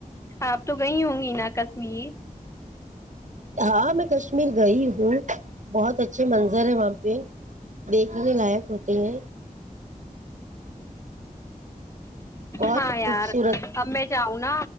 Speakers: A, on the left (about 20°); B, on the right (about 60°).
A: آپ تو گئی ہوں گی نا کشمیر
B: ہاں میں کشمیر گئی ہوں بہت اچھے منظر ہے وہاں پہ دیکھنے لائق ہوتے ہیں بہت
A: ہاں
B: خوبصورت
A: یار اب میں جاؤں نا